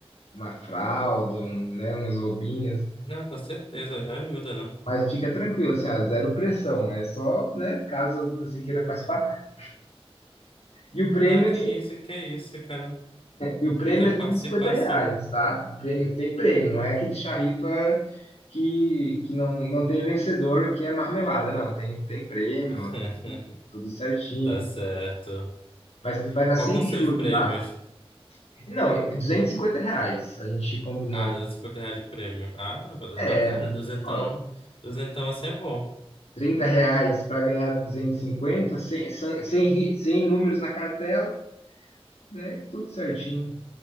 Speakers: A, on the left; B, on the left.
A: uma fralda, um, né, umas roupinhas.
B: Não, com certeza, já ajuda, né?
A: Mas fica tranquilo, assim, ó, zero pressão. É só, né, caso você queira participar. E o prêmio,
B: Ah, que
A: é assim,
B: isso, que isso, cara.
A: e o prêmio
B: Eu quero
A: é R$
B: participar,
A: 50 reais,
B: sim.
A: tá? O prêmio, tem prêmio, não é aquele charripa que, que não, não tem vencedor, que é marmelada, não. Tem, tem prêmio,
B: <laughs>
A: é tudo certinho.
B: Tá certo.
A: Vai, vai nascer
B: Qual vão
A: em
B: ser
A: julho,
B: os prêmios?
A: tá? Não, é 250 reais, a gente combinou.
B: Ah, 250 reais de prêmio. Ah, não, tá
A: É,
B: bacana. Duzentão,
A: ó,
B: duzentão assim é bom.
A: 30 reais para ganhar 250, 100, 100, 100 números na cartela, né? Tudo certinho.